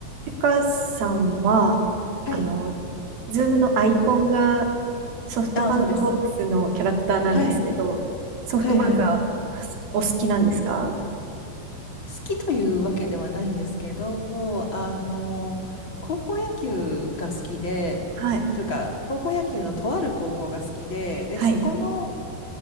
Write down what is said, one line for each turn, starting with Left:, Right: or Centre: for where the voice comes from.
Right: ゆかさんは、
Left: はい。
Right: あの、ズームのアイコンがソフトバンクホークスのキャラクターなんですけど、
Left: あ、そうです。はい。
Right: ソフトバンクは
Left: はい、はい。
Right: お好きなんですか
Left: 好きというわけではないんですけど、あの、高校野球が好きで、
Right: はい。
Left: というか、高校野球のとある高校が好きで、で、
Right: はい。
Left: そこの